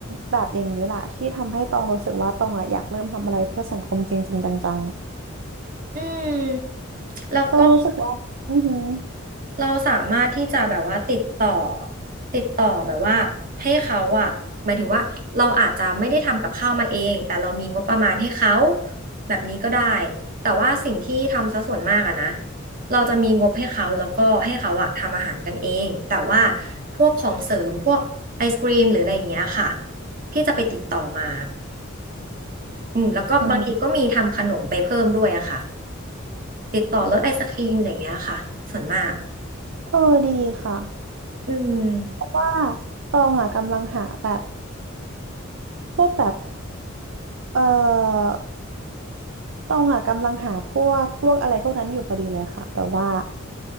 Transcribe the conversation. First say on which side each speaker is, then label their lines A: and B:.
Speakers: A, on the right; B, on the right.
A: แบบอย่างนี้แหละที่ทำให้ตองรู้สึกว่าตองอะอยากเริ่มทำอะไรเพื่อสังคมจริงๆจัง
B: อืม
A: ๆตองรู้สึกว่าอือหือ
B: แล้วก็ เราสามารถที่จะแบบว่าติดต่อติดต่อแบบว่าให้เขาอะหมายถึงว่าเราอาจจะไม่ได้ทำกับข้าวมาเองแต่เรามีงบประมาณให้เขาแบบนี้ก็ได้แต่ว่าสิ่งที่ทำซะส่วนมากอะนะเราจะมีงบให้เขาแล้วก็ให้เขาอะทำอาหารกันเองแต่ว่าพวกของเสริมพวกไอศกรีมหรืออะไรอย่างเงี้ยค่ะพี่จะไปติดต่อมาอืมแล้วก็บางทีก็มีทำขนมไปเพิ่มด้วยอะค่ะ
A: อืม
B: ติดต่อรถไอศกรีมอะไรอย่างเงี้ยค่ะส่วนมาก
A: เออดีค่ะ
B: อืม
A: เพราะว่าตองอ่ะกำลังหาแบบพวกแบบเออตองอ่ะกำลังหาพวกพวกอะไรพวกนั้นอยู่พอดีเลยค่ะ แต่ว่า